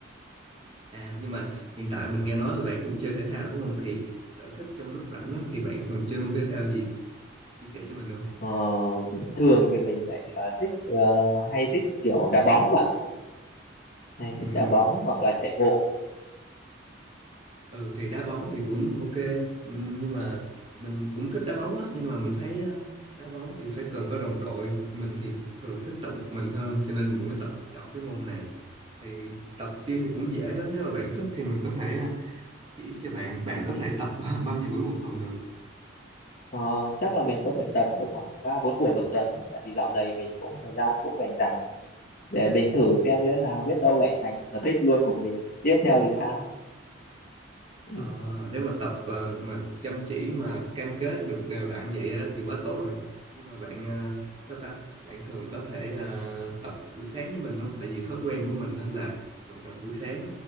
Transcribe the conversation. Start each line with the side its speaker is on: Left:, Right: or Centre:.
Right: À nhưng mà hiện tại mình nghe nói là bạn cũng chơi thể thao đúng không? Thì sở thích trong lúc rảnh á, thì bạn thường chơi môn thể thao gì? Chia sẻ cho mình được không?
Left: Ờ, bình thường thì mình lại ờ, thích ờ, hay thích kiểu đá bóng bạn ạ hay
Right: Ừm,
Left: thích đá bóng hoặc là chạy bộ
Right: Ừ thì đá bóng thì cũng ok Ừm, nhưng mà mình cũng thích đá bóng á nhưng mà mình thấy á, đá bóng thì phải cần có đồng đội mình thì thường thích tập một mình hơn cho nên mình mới tập chọn cái môn này thì tập gym thì cũng dễ lắm nếu mà bạn thích thì mình có thể à, chỉ cho bạn bạn có thể tập <laughs> bao nhiêu buổi một tuần được
Left: Ờ, chắc là mình có thể tập được khoảng ba bốn buổi một tuần đấy. Tại vì dạo này mình cũng thời gian cũng rảnh rảnh để mình thử xem như thế nào biết đâu lại thành sở thích luôn của mình tiếp theo thì sao ừ.
Right: Ờ, nếu mà tập ờ, mà chăm chỉ mà cam kết được đều đặn vậy á, thì quá tốt rồi. Nhưng mà bạn ờ, s- sao ta? Bạn thường có thể ờ, tập buổi sáng với mình luôn, Tại vì thói quen của mình á là vận động buổi sáng